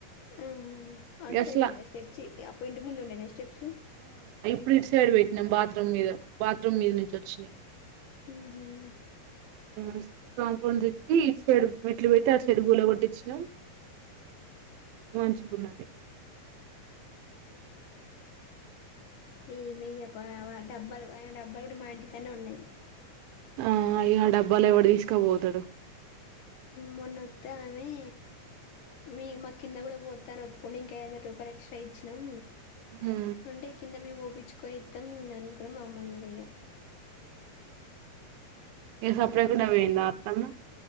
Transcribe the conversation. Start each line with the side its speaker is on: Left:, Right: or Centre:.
Left: ఆహా అటు
Right: గస్లా
Left: సైడ్ పేంటీనే స్టెప్స్ ఆహ్ ఇపు ముందు ఉండేనే స్టెప్స్
Right: ఇప్పు ఇటు సైడ్ పెట్నాం బాత్రూమ్ మీద బాత్రూమ్ మీద నుంచి వచ్చినాయి.
Left: ఉమ్
Right: ుట్ కాంపౌండ్ తిట్టి ఇ సైడ్ మెట్లు పెట్టి ఆ సైడ్ పూల కొట్టించిన మంచిగ్ ఉన్నది
Left: ఈ మీగె ప డబ్బాలు ఆయన డబ్బాలు కూడా మా ఇంటికానే ఉన్నాయి
Right: ఆ అయ్య ఆ డబ్బాలు ఎవడొ తీసుక పోతాడు
Left: మొన్నొసై ఆమె మీ మా కింద కూడా పోస్తాను ఒప్పుకుని ఇంకా ఐదు వందల రూపాయలు ఎక్స్ట్రా ఇచ్చినాం
Right: హు
Left: అంటే కింద మేము ఒపించుకొని ఇస్తాం ననుకో మా అమ్మన్నదియ్య
Right: ఏ సప్పడే కూడ పోయంద ఆత్తమ్మ